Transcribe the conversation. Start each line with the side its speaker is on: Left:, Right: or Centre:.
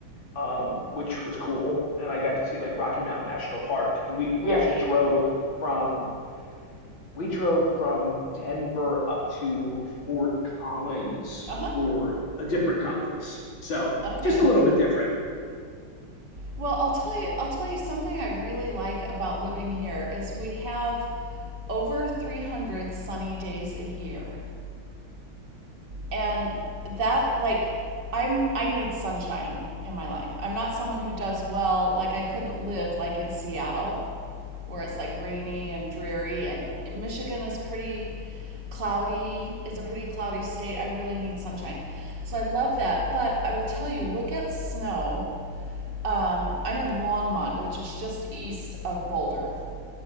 Left: um, which was cool. And I got to see like Rocky Mountain National Park. And we
Right: Right.
Left: we actually drove from we drove from Denver up to Fort Collins
Right: Uh-huh.
Left: for a different conference. So
Right: Okay.
Left: just a little bit different.
Right: Well, I'll tell you I'll tell you something I really like about living here is we have over 300 sunny days a year. And that like I'm I need sunshine in my life. I'm not someone who does well like I couldn't live like in Seattle where it's like rainy and dreary and and Michigan is pretty cloudy. It's a pretty cloudy state. I really need sunshine. So I love that, but I will tell you we'll get snow um, I'm in Longmont, which is just east of Boulder,